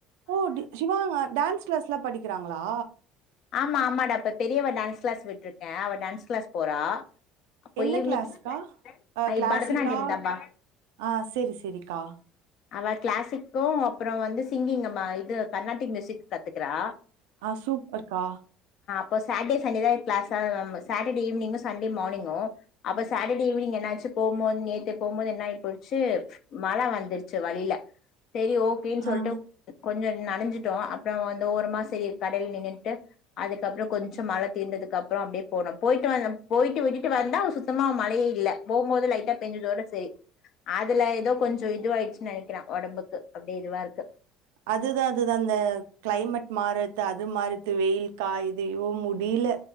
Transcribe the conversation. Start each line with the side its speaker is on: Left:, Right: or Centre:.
Right: ஓ டி சிவாங்க டான்ஸ் கிளாஸ்லா படிக்கிறாங்களா
Left: ஆமா ஆமாடா இப்ப பெரியவ டான்ஸ் கிளாஸ் விட்டுருக்கே அவ டான்ஸ் கிளாஸ் போறா அப்போ
Right: என்ன
Left: ஈவினிங்
Right: கிளாஸ்க்கா அ
Left: ஐ
Right: கிளாசிக்கா
Left: பரதநாட்டியம் தாம்பா
Right: ஆ செரி செரிக்கா
Left: அவ கிளாசிக்கு அப்புறோ வந்து சிங்கிங்கு அ இது கர்நாட்டிக் மியூசிக் கத்துக்குறா
Right: ஆ சூப்பர்க்கா
Left: ப்ப சாட்டே சண்டே தா கிலாஸா ரொம்ப சாட்டர்டே ஈவ்னிங்கு சண்டே மார்னிங்கு அப்ப சாட்டர்டே ஈவ்னிங் என்னாச்சுப் போம்போது நேத்தே போம்போது என்னாயிப் போயிட்ச்சு மழ வந்துருச் சு வழில செரி ஓகேன் சொல்ட்டு
Right: ஆ
Left: கொஞ்ச நனஞ்சிட்டோ அப்றோ அந்த ஓரமா செரி கடைல நின்னுட்டு அதுக்கப்ற கொஞ்ச மழ தீர்ந்ததுக்கப்ற அப்டியே போனு போயிட்டு வந்த போயிட்டு விட்டுட்டு வந்தா சுத்தமா மழையே இல்ல போம்போது லைட்டா பெஞ்சதோட செரி அதுல எதோ கொஞ்ச இதுவாயிருச்சுன் நெனைக்கிறே ஒடம்புக்கு அப்டியே இதுவா இருக்கு
Right: அதுதா அதுதா அந்த கிளைமேட் மாறத்து அது மாறுத்து வெயில் காயிது ஐயோ முடிய்ல